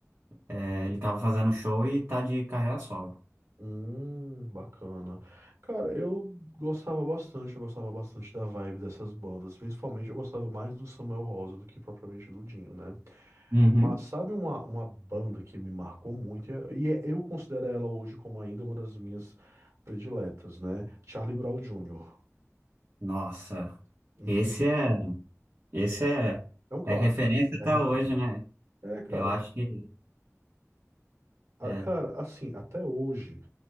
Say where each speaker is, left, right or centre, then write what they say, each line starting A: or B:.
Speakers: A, on the right; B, on the right.
A: é, ele tava fazendo show e tá de carreira solo.
B: Hum, bacana. Cara, eu gostava bastante, eu gostava bastante da vibe dessas bandas. Principalmente eu gostava mais do Samuel Rosa do que propriamente do Dinho, né?
A: Uhum.
B: Mas sabe uma, uma banda que me marcou muito, e é- e é- eu considero ela hoje como ainda uma das minhas prediletas, né? Charlie Brown Jr.
A: Nossa,
B: <laughs>
A: esse é, esse é,
B: É um clássico,
A: é referência
B: é
A: até
B: referência.
A: hoje, né?
B: É, cara,
A: Eu acho que.
B: a-
A: É.
B: cara, assim, até hoje.